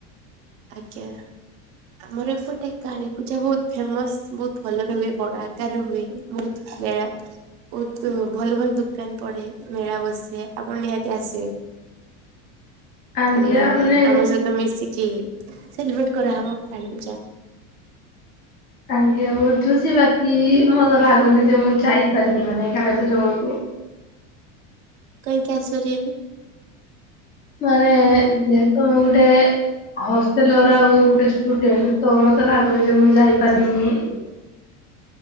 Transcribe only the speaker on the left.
ଆଜ୍ଞା
ମାନେ
ଆଜ୍ଞା ବୁଝୁଛି ବାକି ମୋର ଲାଗୁନି ଯେ ମୁଁ ଯାଇପାରିବି ମାନେ କାଳୀପୂଜା ବେଳକୁ।
ମାନେ ଯେହେତୁ ମୁଁ ଗୋଟେ ହଷ୍ଟେଲର ଆଉ ଗୋଟେ ଷ୍ଟୁଡେଣ୍ଟ ତ ମତେ ଲାଗୁନି ଯେ ମୁଁ ଯାଇପାରିନି।